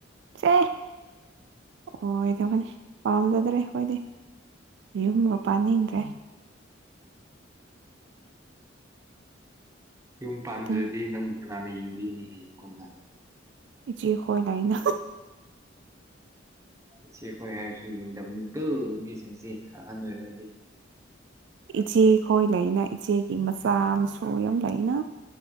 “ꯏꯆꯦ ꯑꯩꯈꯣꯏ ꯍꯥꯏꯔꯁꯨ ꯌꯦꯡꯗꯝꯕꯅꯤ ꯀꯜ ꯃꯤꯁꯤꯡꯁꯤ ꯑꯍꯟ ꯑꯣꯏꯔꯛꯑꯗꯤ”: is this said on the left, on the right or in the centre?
Right